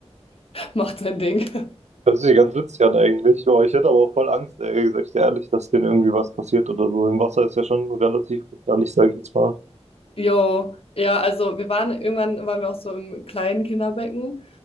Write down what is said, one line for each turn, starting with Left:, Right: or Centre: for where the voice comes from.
Left: <laughs> macht sein Ding.
Right: Das ist ja ganz witzig an eigentlich. Boah, ich hätte aber auch voll Angst, ehrlich gesagt, ehrlich, dass denen irgendwie was passiert oder so. Im Wasser ist ja schon relativ gefährlich, sage ich jetzt mal.
Left: Jo, ja, also wir waren irgendwann waren wir auch so im kleinen Kinderbecken